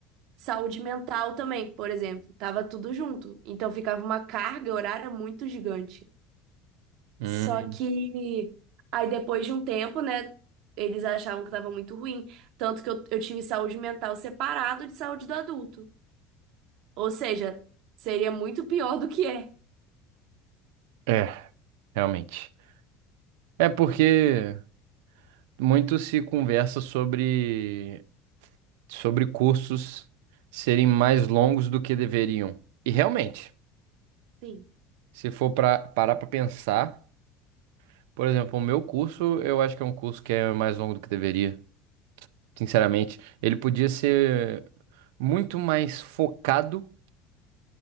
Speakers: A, on the right (about 60°); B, on the right (about 85°).
A: Saúde mental também, por exemplo, tava tudo junto. Então ficava uma carga horária muito gigante.
B: hum.
A: Só que aí depois de um tempo, né, eles achavam que tava muito ruim. Tanto que eu, eu tive saúde mental separado de saúde do adulto. Ou seja, seria muito pior do que é.
B: É, realmente. É porque muito se conversa sobre, sobre cursos serem mais longos do que deveriam. E realmente,
A: Sim,
B: se for para parar para pensar, por exemplo, o meu curso, eu acho que é um curso que é mais longo do que deveria, sinceramente. Ele podia ser muito mais focado